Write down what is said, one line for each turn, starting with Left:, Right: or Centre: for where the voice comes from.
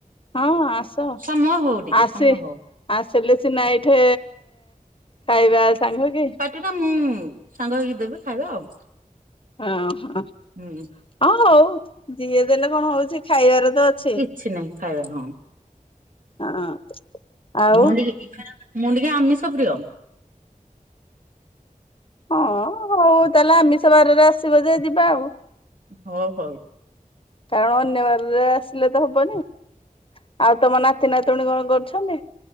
Left: ଆଉ ହଁ ଆସ
Right: ସମୟ ହଉ ଟିକେ,
Left: ଆସେ
Right: ସମୟ ହଉ।
Left: ଆସିଲେ ସିନା ଏଇଠି ଖାଇବା ସାଙ୍ଗ ହେଇକି।
Right: ଏଟା ମୁଁ, ସାଙ୍ଗ ହେଇକି ଦେବି ଖାଇବା ଆଉ।
Left: ହଁ, ହଁ।
Right: ହୁଁ।
Left: ହଁ ହଉ ଯିଏ ଦେଲେ କଣ ହଉଛି, ଖାଇବାର ତ ଅଛି।
Right: କିଛି ନାହିଁ ଖାଇବା ହଁ
Left: ହଁ। ଆଉ
Right: ମୁଁ, ଟିକି ମୁଁ, ଟିକିଏ ଆମିଷ ପ୍ରିୟ।
Left: ହଁ, ହଉ ତାହେଲେ ଆମିଷ ବାରରେ ଆସିବ ଯେ ଯିବା ଆଉ।
Right: ହୋ ହଉ।
Left: କାରଣ ଅନ୍ୟ ବାରରେ ଆସିଲେ ତ ହବନି। ଆଉ ତୋମ ନାତି ନାତୁଣୀ କଣ କରୁଛନ୍ତି?